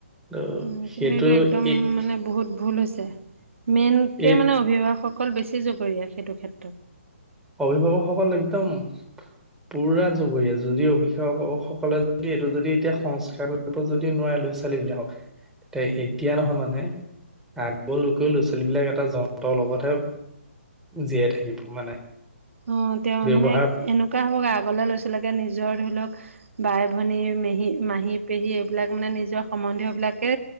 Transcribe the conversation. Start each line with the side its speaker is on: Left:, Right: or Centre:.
Centre: আৰু
Right: উম, কিন্তু
Centre: সেইটো
Right: একদম
Centre: এ
Right: মানে বহুত ভুল হৈছে। মেইন কে
Centre: এই
Right: মানে অভিভাৱকভ সকল বেছি জগৰীয়া সেইটো ক্ষেত্ৰত।
Centre: অভিভাৱক সকল একদম। পুৰা জগুৰীয়া। যদি অভিভাৱক সকলে যদি, এইটো যদি এতিয়া সংস্কাৰ। যদি নোৱাৰে ল'ৰা ছোৱালীবিলাকক তে এতিয়া নহয় মানে। আগলৈকে ল'ৰা ছোৱালী বিলাক এটা যন্তৰ লগতহে জীয়াই থাকিব মানে।
Right: অ, তেওঁ
Centre: ব্যৱহাৰ
Right: মানে এনেকুৱা হ'ব আগলে ল'ৰা ছোৱালী বিলাকে নিজৰ ধৰি লওক। বাই, ভনী, মেহি, মাহী, পেহী এইবিলাক মানে নিজৰ সম্বন্ধীয় বিলাকে